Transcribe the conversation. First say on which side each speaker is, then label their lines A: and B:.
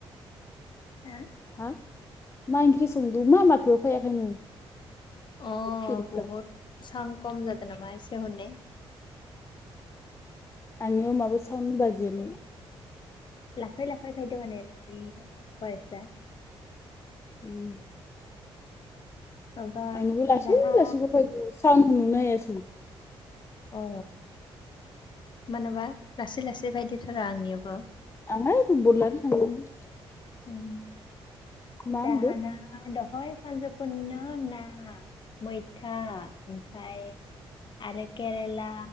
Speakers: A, on the left (about 45°); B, on the left (about 25°).
A: हो
B: हा मा ओंख्रि संदो मा माथो फैयाखै नों
A: अ
B: तेरिका
A: बहुत साउन्द कम जादों नामा एसे हनाय
B: आंनियाव माबा सावन बाजियानो
A: लाखै लाखै फायदों माने नोंनि बइसा
B: अम
A: माबा
B: आंनोबो लासै
A: जाहा
B: लासैबो फायदो साउ नुनो हायासै
A: औ मानोबा लासै लासै फायदोथ'र आंनियाबो
B: आं बोरलानो थांदोंमोन।
A: अम
B: मा
A: जाहाना
B: होनदो
A: दहय साजफुनिनो ओ ना मैथा ओमफाय आरो केरेला